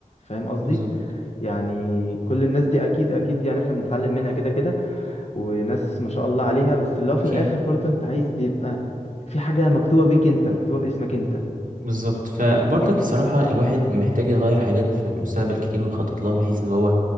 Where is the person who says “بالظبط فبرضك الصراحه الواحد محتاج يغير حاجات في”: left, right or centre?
Right